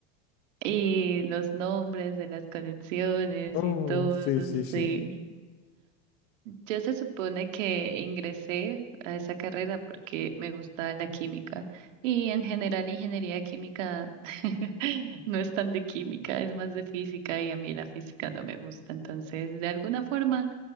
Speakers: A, on the right; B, on the left.
A: Y los nombres de las conexiones
B: <laughs> Oh,
A: y todo,
B: sí, sí, sí.
A: sí. Yo se supone que ingresé a esa carrera porque me gusta la química y en general ingeniería química <laughs> no es tan de química, es más de física y a mí la física no me gusta, entonces de alguna forma